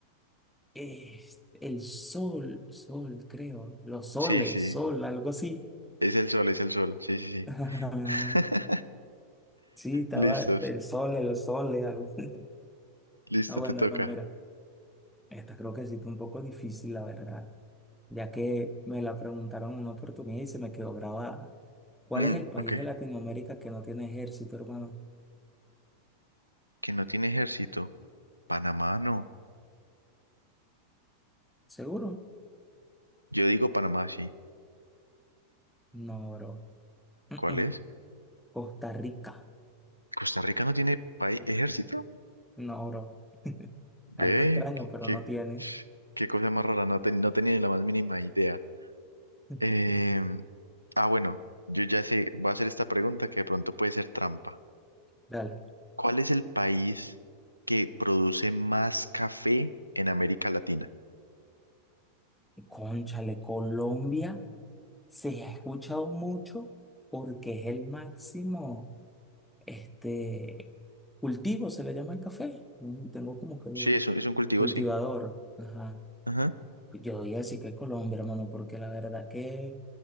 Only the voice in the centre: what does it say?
Es el sol, sol, creo. Los soles,
sol, algo así.
<laughs>
Sí, estaba
el sol, los soles, algo. <laughs>
Ah, bueno,
hermano, mira. Esta creo que sí fue un poco difícil, la verdad. Ya que me la preguntaron en una oportunidad y se me quedó grabada. ¿Cuál
es el país
de Latinoamérica que no tiene ejército, hermano?
¿Seguro?
No, bro. Mm,
mm.
Costa Rica.
No, bro.
Algo extraño, pero
no tiene.
<laughs>
Dale.
Cónchale, Colombia se ha escuchado mucho porque es el máximo este, cultivo, se le llama el café. Mm, Tengo como que duda.
Cultivador.
Ajá.
Yo diría sí que Colombia, hermano, porque la verdad que